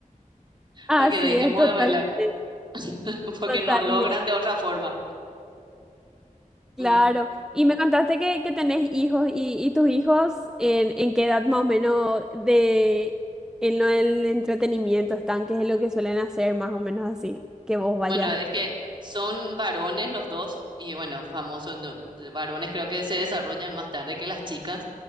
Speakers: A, in the centre; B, on the right.
A: Así
B: Para que dejemos
A: es, totalmente,
B: de bailar, <laughs> porque
A: totalmente.
B: no logran de otra forma.
A: Claro,
B: Mm,
A: y me contaste que, que tenés hijos y, y tus hijos en, en qué edad más o menos de en lo del entretenimiento están, qué es lo que suelen hacer más o menos así, que vos vayas.
B: Bueno, es que son varones los dos y bueno, famosos, no, varones creo que se desarrollan más tarde que las chicas